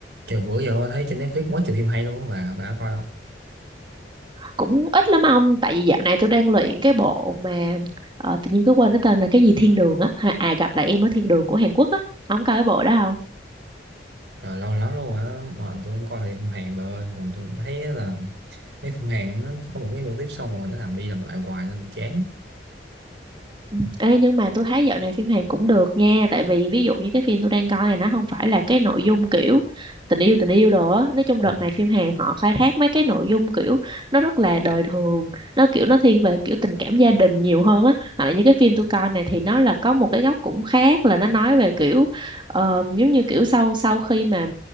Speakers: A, on the right; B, on the right.
A: Trời bữa giờ thấy trên Netflix quá trời phim hay luôn á bà bà có coi không?
B: cũng ít lắm ông tại vì dạo này tôi đang luyện cái bộ mà ờ, tự nhiên cứ quên cái tên là cái gì thiên đường á Ha- à gặp lại em ở thiên đường của Hàn Quốc á ông coi cái bộ đó
A: Trời lâu lắm luôn á mà tôi không coi phim Hàn bà ơi mà tôi thấy là mấy phim Hàn nó có một cái mô típ xong rồi nó làm đi làm lại hoài nên tôi chán
B: Ừ. Ê, nhưng mà tôi thấy dạo này phim Hàn cũng được nha tại vì ví dụ như cái phim tôi đang coi này nó không phải là cái nội dung kiểu tình yêu tình yêu đồ á nói chung
A: ừ.
B: đợt này phim Hàn họ khai thác mấy cái nội dung kiểu nó rất là đời thường nó kiểu nó thiên về kiểu tình cảm gia đình nhiều hơn á hoặc là những cái phim tôi coi này thì nó là có một cái góc cũng khác là nó nói về kiểu ờ, giống như kiểu sau sau khi mà